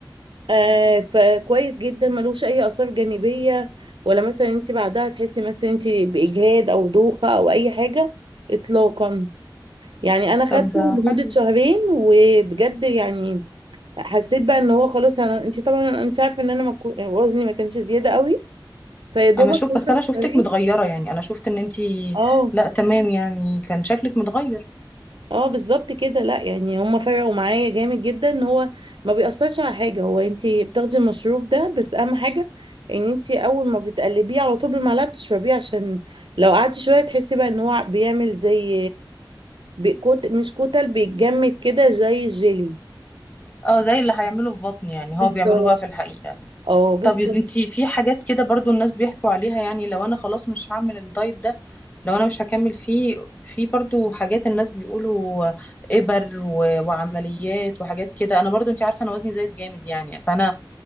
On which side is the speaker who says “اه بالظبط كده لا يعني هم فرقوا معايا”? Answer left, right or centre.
Right